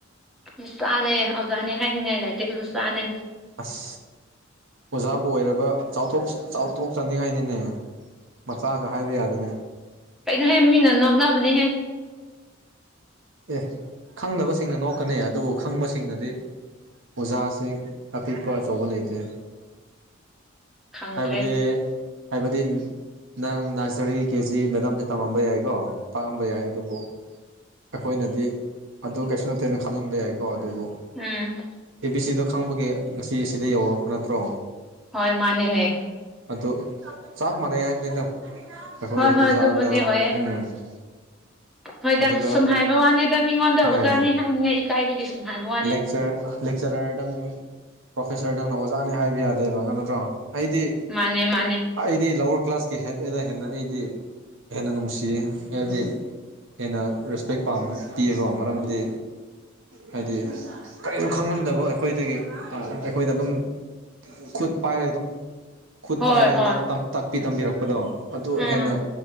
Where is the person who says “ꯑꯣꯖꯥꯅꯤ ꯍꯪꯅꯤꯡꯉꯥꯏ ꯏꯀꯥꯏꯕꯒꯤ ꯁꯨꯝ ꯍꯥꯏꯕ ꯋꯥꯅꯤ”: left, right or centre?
Centre